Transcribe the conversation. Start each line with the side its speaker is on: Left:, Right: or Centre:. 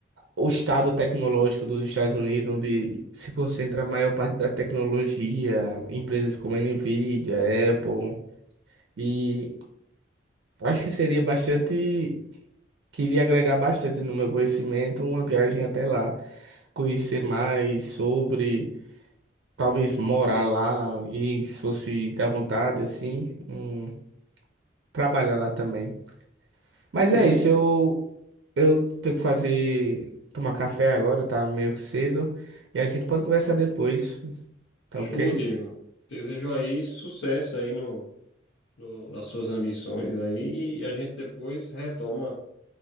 Right: o estado tecnológico dos Estados Unidos, onde se concentra a maior parte da tecnologia, empresas como a Nvidia, Apple. E acho que seria bastante, queria agregar bastante no meu conhecimento uma viagem até lá conhecer mais sobre Talvez morar lá e se fosse da vontade, assim, hum, trabalhar lá também. Mas
Left: Beleza.
Right: é isso, eu, eu tenho que fazer, tomar café agora, tá meio cedo. E a gente pode conversar depois, tá
Left: Show,
Right: ok?
Left: Diego. Desejo aí sucesso aí no, no- nas suas ambições aí e a gente depois retoma